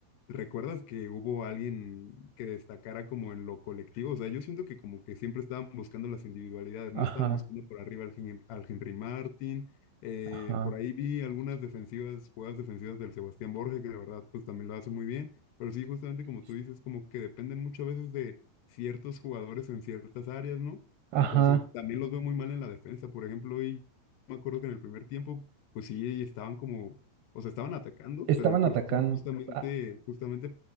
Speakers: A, on the left; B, on the right.
A: ¿recuerdas que hubo alguien que destacara como en lo colectivo? O sea, yo siento que como que siempre estaban buscando las individualidades,
B: ajá,
A: ¿no? Estaban buscando por arriba al, Hen- al Henry Martin, eh,
B: ajá,
A: por ahí vi algunas defensivas, jugadas defensivas del Sebastián Borges, que de verdad pues también lo hace muy bien, pero sí, justamente como
B: s-
A: tú dices, como que dependen muchas veces de ciertos jugadores en ciertas áreas, ¿no?
B: ajá.
A: Entonces también los veo muy mal en la defensa, por ejemplo, y me acuerdo que en el primer tiempo, pues sí, estaban como, o sea, estaban atacando,
B: Estaban
A: pero el Cruz
B: atacando.
A: Azul justamente,
B: a-
A: justamente